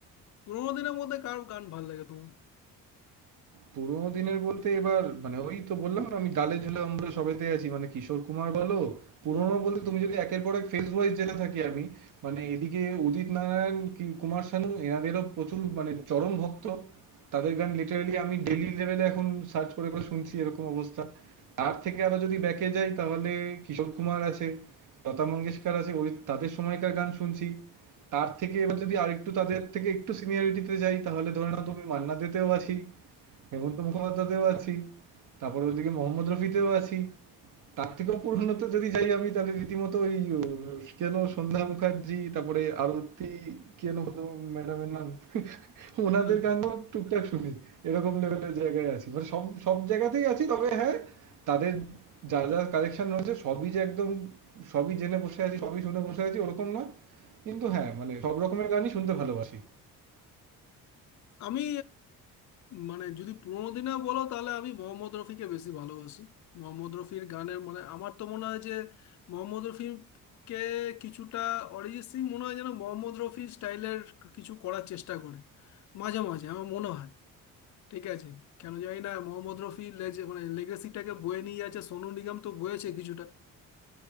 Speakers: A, on the left; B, on the right.
A: পুরোনো দিনের মধ্যে কার গান ভালো লাগে তোমার
B: পুরোনো দিনের বলতে এবার মানে ওই তো বললাম না আমি ডালে ঝুলে অম্বলে সবেতে আছি মানে কিশোর কুমার বলো পুরোনো
A: হুম
B: বলতে তুমি যদি একের পর এক ফেজ ওয়াইজ যেতে থাকি আমি মানে এদিকে উদিত নারায়ণ কি কুমার শানু এনাদেরও প্রচুর মানে চরম ভক্ত তাদের গান লিটারালি আমি ডেইলি লেভেলে এখন সার্চ করে করে শুনছি এরকম অবস্থা তার থেকে আরো যদি ব্যাকে যাই তাহলে কিশোর কুমার আছে লতা মঙ্গেশকর আছে ওই তাদের সময়কার গান শুনছি তার থেকে এবার যদি আরেকটু তাদের থেকে একটু সিনিয়রিটিতে যাই তাহলে ধরে নাও তুমি মান্না দেতেও আছি হেমন্ত মুখোপাধ্যায়তেও আছি তারপরে ওদিকে মোহাম্মদ রফিতেও আছি তার থেকেও পুরনো তো যদি যাই আমি তাহলে রীতিমতো ওই ও, কেন সন্ধ্যা মুখার্জি তারপরে আরতি কেন ম্যাডামের নাম ওনাদের
A: হ্যাঁ
B: গানও টুকটাক শুনি এরকম লেভেলের জায়গায় আছি মানে সব সব জায়গাতেই আছি তবে হ্যাঁ তাদের যা যা কালেকশন রয়েছে সবই যে একদম সবই জেনে বসে আছি সবই শুনে বসে আছি ওরকম না কিন্তু হ্যাঁ মানে সব রকমের গানই শুনতে ভালোবাসি
A: আমি মানে যদি পুরোনো দিনে বলো তাহলে আমি মোহাম্মদ রফিকে বেশি ভালোবাসি মোহাম্মদ রফির গানের মানে আমার তো মনে হয় যে মোহাম্মদ রফিকে কিছুটা অরিজিৎ সিং মনে হয় যেন মোহাম্মদ রফি স্টাইলের কিছু করার চেষ্টা করে মাঝে মাঝে আমার মনে হয় ঠিক আছে কেন জানি না মোহাম্মদ রফি লেজে মানে লেগেসিটাকে বয়ে নিয়ে যাচ্ছে সোনু নিগম তো বয়েছে কিছুটা